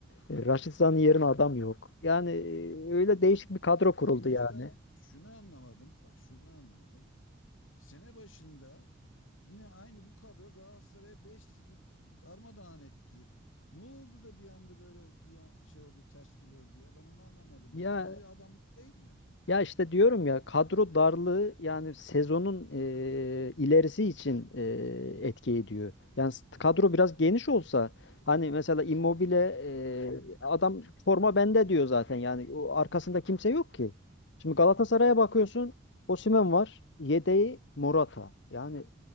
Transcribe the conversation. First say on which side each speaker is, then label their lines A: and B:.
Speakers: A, on the left; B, on the left.
A: E, Raşit Zan'ın yerine adam yok. Yani e, öyle değişik bir kadro kuruldu
B: İyi
A: yani.
B: de ben şunu anlamadım. Bak şunu anlamadım. Sene başında yine aynı bu kadro Galatasaray'a 5-0 darmadağın etti. Ne oldu da bir anda böyle bir an- şey oldu, ters yüz oldu ya? Ben onu anlamadım
A: Ya
B: ya. Aynı adamlar değil mi?
A: ya işte diyorum ya kadro darlığı yani sezonun e, ilerisi için e, etki ediyor. Yani s- kadro biraz geniş olsa hani mesela Immobile e, adam forma bende diyor zaten yani o arkasında kimse yok ki. Şimdi Galatasaray'a bakıyorsun Osimhen var yedeği Morata. Yani